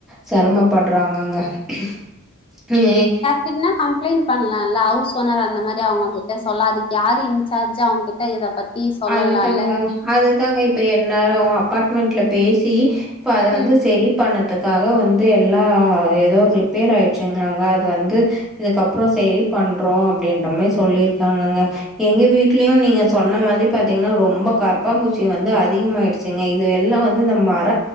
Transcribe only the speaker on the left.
சின்ன கம்ப்ளைண் பண்ணலால ஹவுஸ்ஓனர் அந்த மாரி அவுங்ககிட்ட சொல்லா அதுக்கு யாரு இன்சார்ஜு அவுங்ககி ட்ட இத பத்தி சொல்லலாம்ல
ம்